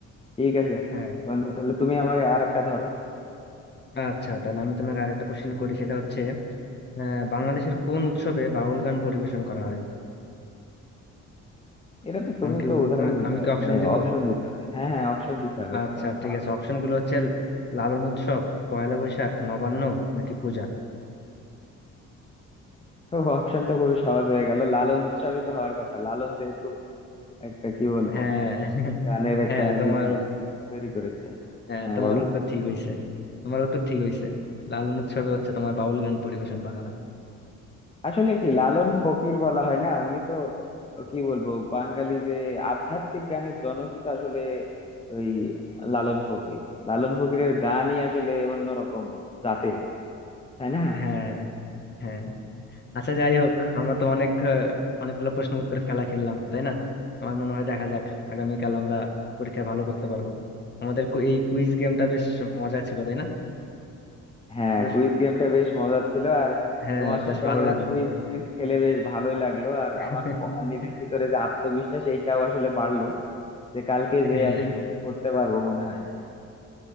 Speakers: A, on the left; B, on the left.
A: ঠিক আছে
B: হ্যাঁ
A: বন্ধু তাহলে তুমি আমাকে আর একটা ধরো
B: আচ্ছা তাহলে আমি তোমাকে আরেকটা কোশ্চেন করি সেটা হচ্ছে আহ, বাংলাদেশের কোন উৎসবে বাউল গান পরিবেশন করা হয়
A: এটা তো তুমি
B: আমি কি
A: তো
B: উ-
A: উদাহরণ
B: উম,
A: দিতে
B: আমি
A: হবে
B: কি অপশন
A: মানে
B: দিব
A: অপশন দিতে হবে হ্যাঁ হ্যাঁ অপশন দিতে হবে
B: আচ্ছা
A: এটা তো আমি
B: ঠিক
A: পারবো
B: আছে অপশন
A: না।
B: গুলো হচ্ছে লালন উৎসব পয়লা বৈশাখ নবান্ন নাকি পূজা
A: তো অপশন তো খুবই সহজ হয়ে গেল লালন উৎসবই তো হওয়ার কথা লালন যেহেতু একটা কি বলবো
B: হ্যাঁ <laughs>
A: গানের একটা
B: হ্যাঁ তোমার
A: রীতি তৈরি করেছে
B: হ্যাঁ,
A: হ্যাঁ
B: তোমার
A: বলো
B: উত্তর ঠিক হয়েছে তোমার উত্তর ঠিক হয়েছে লালন উৎসবে হচ্ছে তোমার বাউল গান পরিবেশন করা হয়
A: আসলে কি লালন ফকির বলা হয় না উনি তো ও কি বলবো বাঙালি যে আধ্যাত্মিক গানের জনকই তো আসলে ওই লালন ফকির লালন ফকিরের গানই আসলে অন্যরকম জাতের তাই না
B: হ্যাঁ হ্যাঁ আচ্ছা যাই হোক আমরা তো অনেক আহ, অনেকগুলো প্রশ্ন উত্তর খেলা খেললাম তাই না আমার মনে হয় দেখা যাক আগামীকাল আমরা পরীক্ষায় ভালো করতে পারবো আমাদের কু- এই কুইজ গেমটা বেশ মজা ছিল তাই না
A: হ্যাঁ
B: বেশ
A: কুইজ গেমটা বেশ মজার ছিল আর
B: হ্যাঁ
A: তোমার সাথে
B: বেশ ভালো
A: আমার
B: লাগলো
A: কুইজ কুইজ খেলে বেশ ভালোই লাগলো আর
B: <laughs>
A: আমার ক- নিজের ভিতরে যে আত্মবিশ্বাস এইটাও আসলে বাড়লো যে কালকে যে
B: হ্যাঁ
A: আসলে কিছু করতে পারবো মনে হয়